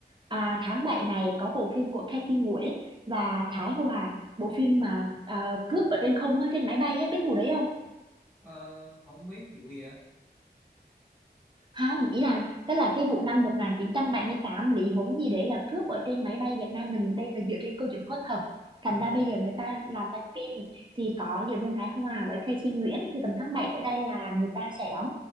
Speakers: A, on the right (about 30°); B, in the centre.
A: À, tháng 7 này có bộ phim của Kathy Nguyễn và Thái Hòa, bộ phim mà à, cướp ở trên không nó trên máy bay á, biết vụ đấy
B: ờ, không biết vụ gì ạ
A: không ý là tức là cái vụ năm một nghìn chín trăm bảy mươi tám Lý Huống gì đấy là cướp ở trên máy bay Việt Nam mình đây là dựa trên câu chuyện có thật thành
B: Ờ,
A: ra bây giờ người ta làm thành phim thì có diễn viên Thái Hòa với Casey Nguyễn thì tầm tháng 7 tới đây là người ta sẽ đóng